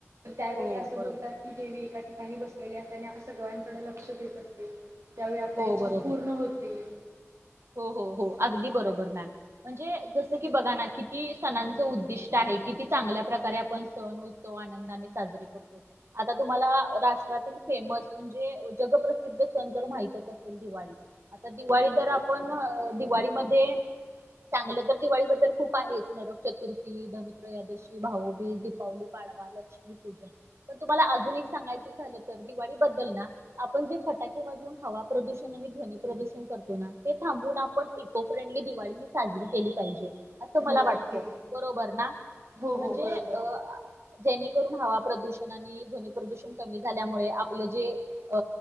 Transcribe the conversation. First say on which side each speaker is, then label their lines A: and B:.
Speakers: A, on the right; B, on the right.
A: त्यावेळी
B: हो
A: असं
B: बरोबर
A: बोलतात की देवी एका ठि कानी बसलेली असते आणि आपल्या सर्वांकडे लक्ष देत असते. त्यावेळी आपल्या
B: हो
A: इच्छा
B: बरोबर
A: पूर्ण होतील.
B: हो हो हो. अगदी बरोबर मॅम. म्हणजे, जसं कि बघा ना किती सणांचं उद्दिष्ट आहे किती चांगल्या प्रकारे आपण सण-उत्सव आनंदाने साजरे करतो. आता तुम्हाला राष्ट्रातील फेमस म्हणजे जगप्रसिद्ध सण तर माहितच असतील दिवाळी. आता दिवाळी
A: हो
B: तर आप पण दिवाळीमध्ये चांगलं तर दिवाळी बद्दल खूप आहेच नरक चतुर्थी, धनत्रयोदशी, भाऊबीज, दीपावली, पाडवा, लक्ष्मीपूजन. पण, तुम्हाला अजून एक सांगायचं झालं तर दिवाळी बद्दल ना आपण जे फटाके वाजवून हवा प्रदूषण आणि ध्वनी प्रदूषण करतो ना. ते थांबून आपण इको फ्रेंडली दिवाळी ही साजरी केली पाहिजे. मला
A: हो
B: वाटत
A: अगदी
B: बरोबर ना?
A: हो हो
B: म्हणजे
A: बरोबर
B: अं जेणेकरून हवा प्रदूषण आणि ध्वनी प्रदूषण कमी झाल्यामुळे आपलं जे अ